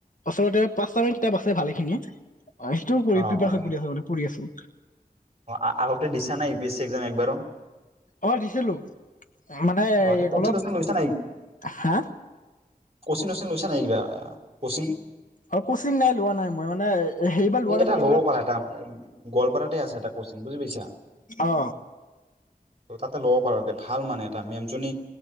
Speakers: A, on the left (about 55°); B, on the right (about 40°).
A: আচলতে পাঁচটা মিনিট বাছে ভালে খিনিয় অ সেইটোও কৰি
B: অ',
A: প্ৰপন
B: হয়, হয়,
A: কৰি আ আছো
B: অ আউট দিছা নাই U P S C exam একবাৰো
A: অ দিছিলো মানে
B: অ', কি ক'চিং-টচিং
A: অলপ
B: লৈছা
A: হা
B: কচিিন চিন লৈছা নে কিবা কচিং
A: অ কচিং নাই লোৱা নাই মই মানে সেইবাৰ লোৱা
B: এই
A: নাছিলো
B: এটা
A: মানে
B: ল'ব
A: অলপ
B: পাৰা এটা গোৱালপাৰাতে আছে এটা কোচিন বুজি পাইছা।
A: অ
B: ত তাতে ল'ব পাৰো ভাল মানে। মিমজনী